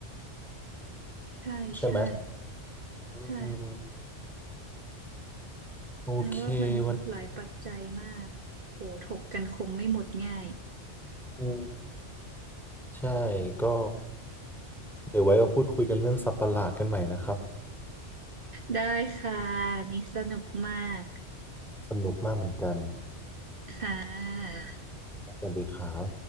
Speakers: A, on the right; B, in the centre.
A: ใช่ใช่
B: ใช่ไหม อืม
A: ใช่
B: โอเค
A: หมายว่ามันหลายปัจจัยมากโหถกกันคงไม่หมดง่าย
B: วันนี้อืมใช่ก็เดี๋ยวไว้มาพูดคุยกันเรื่องสัตว์ประหลาดกันใหม่นะครับ
A: ได้ค่ะนี่สนุกมาก
B: สนุกมากเหมือนกัน
A: ค่ะ
B: สวัสดีครับ